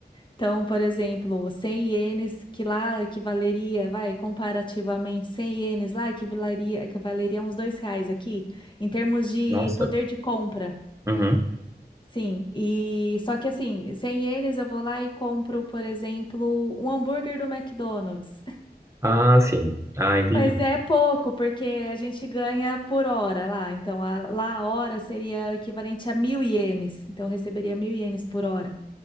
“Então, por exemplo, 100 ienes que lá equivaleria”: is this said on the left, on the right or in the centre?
Left